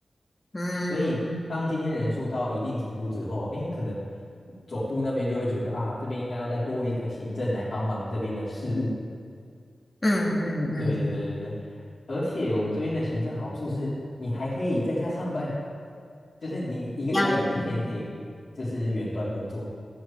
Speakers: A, on the left; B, on the left.
A: 嗯
B: 所以当今天人数到一定程度之后，哎，可能总部那边就会觉得啊，这边应该要再多一个行政来帮忙这边的事务。
A: 嗯嗯嗯，
B: 对对对对对，而且我们这边的行政好处是，你还可以在家上班，就是你一个礼拜有一天可以就是远端工作。
A: 一样。嗯